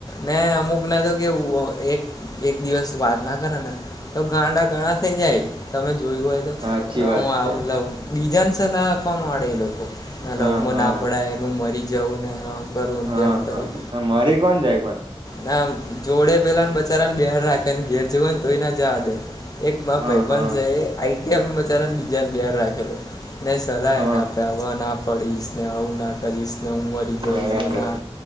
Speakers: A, on the left; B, on the right.
A: ને અમુક ને તો કેવુ એક એક દિવસ વાત ના કરે નેતો ગાંડા ગણા થઈ જાય. તમે જોયું હોય તો
B: સાચી વાત
A: આવું
B: છે
A: લાવું બીજાન સલાહ આપવા માંડે એ લોકો ના
B: હા
A: લવો
B: હા
A: ના પડા ને મરી જવું ને આમ કરવું
B: હા
A: ને તેમ કરવું
B: હા મારી કોણ જાય પણ?
A: ના જોડે પહેલા ને બચારાને બેહાર રાખે ને ઘેર જવુ ન તોય ના જવા દે. એક મા
B: હા
A: ભાઈબન
B: હા
A: છે એ <unintelligible> ને બીજાને બેહાર રાખેલો. ને સલાહ
B: હા
A: એને આપ્યા હવા ના પડીશ ને આવું નાખ કરીશ ને હું મરી જઉં
B: બરાબર
A: છું ના